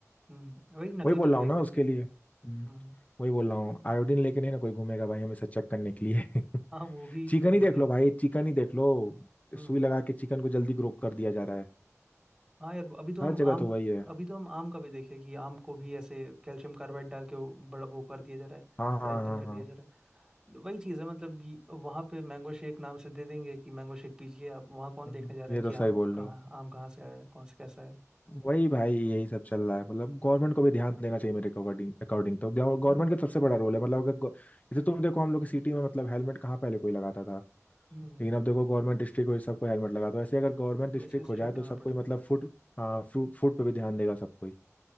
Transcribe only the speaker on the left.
वही बोल
रहा हूँ
ना
उसके
लिए
हम्म,
वही बोल रहा हूँ आयोडीन लेके नहीं ना कोई घूमेगा भाई हमेशा चेक करने के लिए <laughs>
चिकन
ही देख
लो
भाई चिकन ही देख लो
सुई
लगा के चिकन को जल्दी ग्रो कर दिया जा रहा है
हर
जगह
तो वही है
हाँ हाँ
हाँ
हाँ
हम्म,
ये
तो सही
बोल
रहे हो
वही भाई यही सब चल रहा है मतलब गवर्नमेंट को भी ध्यान देना चाहिए मेरे अकॉर्डिंग अकॉर्डिंग तो गवर्नमेंट
का सबसे बड़ा रोल है मतलब अगर गो- जैसे तुम देखो हम लोग की सिटी में मतलब हेलमेट कहाँ पहले कोई लगाता था
लेकिन अब देखो गवर्नमेंट डिस्ट्रिक्ट हुई सबको हेलमेट लगा तो ऐसे अगर गवर्नमेंट डिस्ट्रिक्ट
हो जाए तो
सब
कोई मतलब फूड हाँ फ्रूट फूड पे भी ध्यान देगा सब कोई